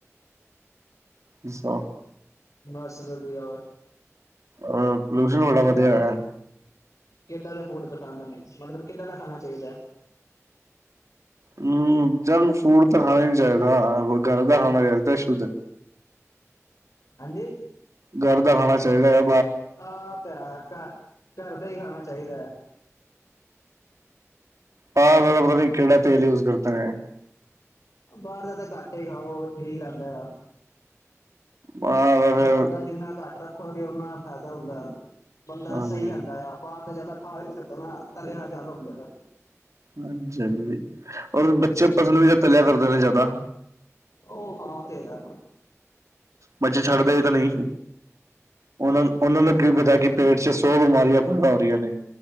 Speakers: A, on the right; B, on the left.
A: ਅੱਛਾ।
B: ਬੱਸ ਵਧੀਆ।
A: ਅ ਪੋਲਊਸ਼ਨ
B: ਹੋਰ
A: ਬੜਾ
B: ਕਿੱਦਾਂ
A: ਵਧੀਆ
B: ਦੇ
A: ਹੋਇਆ।
B: ਕਿੱਦਾਂ ਦੇ ਫੂਡ ਪਸੰਦ ਨੇ ਮਤਲਬ ਕਿੱਦਾਂ ਦਾ ਖਾਣਾ ਚਾਹੀਦਾ।
A: ਹੂੰ ਜੰਕ ਫੂਡ ਤਾਂ ਖਾਏ। <unintelligible> ਹਾਂ ਸ਼ੁੱਧ।
B: ਹਾਂਜੀ।
A: ਘਰ ਦਾ ਖਾਣਾ ਚਾਹੀਦਾ ਆ।
B: ਓ ਤਾਂ ਹੈ ਘਰ ਦਾ ਹੀ ਖਾਣਾ ਚਾਹੀਦਾ ਆ।
A: ਬਾਹਰ ਤਾਂ ਪਤਾ ਨੀ ਕਿਹੜਾ ਤੇਲ ਯੂਜ਼ ਕਰਦੇ ਨੇ।
B: ਬਾਹਰ ਦਾ ਤਾ ਘੱਟ ਹੀ ਖਾਓ ਠੀਕ ਰਹਿੰਦਾ ਆ।
A: ਹਾਂ ਫਿਰ
B: ਬਾਹਰ ਦਾ ਜਿੰਨਾ ਘੱਟ ਰੱਖੋਗੇ ਉਨਾਂ ਫਾਇਦਾ। ਹੁੰਦਾ ਬੰਦਾ
A: ਹਾਂਜੀ
B: ਸਹੀ ਰਹਿੰਦਾ ਆ ਬਾਹਰ। ਜ਼ਿਆਦਾ ਖਾ ਵੀ ਨਹੀਂ ਸਕਦਾ ਨਾ ਤਲਿਆ ਜ਼ਿਆਦਾ ਹੁੰਦਾ।
A: ਹਾਂਜੀ ਹਾਂਜੀ। ਬੱਚੇ ਪਸੰਦ ਵੀ ਤਲਿਆ ਕਰਦੇ ਨੇ ਜ਼ਿਆਦਾ।
B: ਉਹ ਹਾਂ ਉਹ ਤੇ ਹੈ
A: ਬੱਚੇ ਛੱਡਦੇ ਵੀ ਤਾਂ ਨੀ। ਉਹ ਉਹਨਾਂ ਨੂੰ ਕੀ ਪਤਾ ਕਿ ਪੇਟ ਚ ਸੌ ਬਿਮਾਰੀਆਂ ਪੈਦਾ ਹੋ ਰਹੀਆਂ ਨੇ।